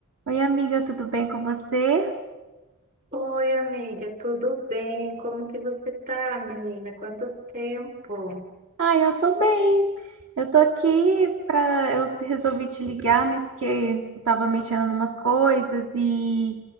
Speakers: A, on the right (about 65°); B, on the right (about 40°).
A: Oi, amiga, tudo bem com você?
B: Oi, amiga, tudo bem? Como que você tá, menina? Quanto tempo?
A: Ai, eu tô bem. Eu tô aqui pra. Eu resolvi te ligar, né? Porque eu tava mexendo em umas coisas e